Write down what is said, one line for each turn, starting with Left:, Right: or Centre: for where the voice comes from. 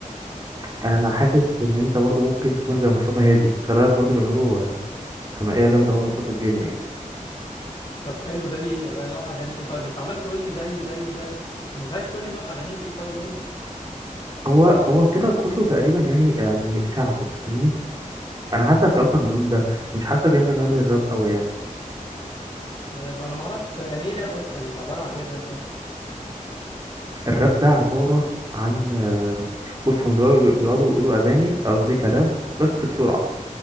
Right: انا انا حاسس ان انت برضو ممكن تكون زي مصطفى هادي خلي بالك برضو بيعملوا آه، ثنائيه جامده هو مصطفى الجن يعني
Left: طب حلو ده بي نوع اغاني ايه طيب انت عمال تقول لي زي زي زي ومش عايز تقول لي نوع اغانيهم ايه طيب قول لي
Right: هو هو كده كله تقريبا يعني يعني شعبي تفهمني انا
Left: طب
Right: حاسك
Left: انت انت
Right: اصلا اللون ده مش حاسك انت مالي الراب قوي يعني
Left: راب انا ما اعرفش بصراحة، يعني ايه راب اصلا يعني عبارة عن ايه الراب ده
Right: الراب ده عبارة عن آم، بص هم بيقعدوا بيقعدوا يقولوا أغاني قصدي كلام بس بسرعة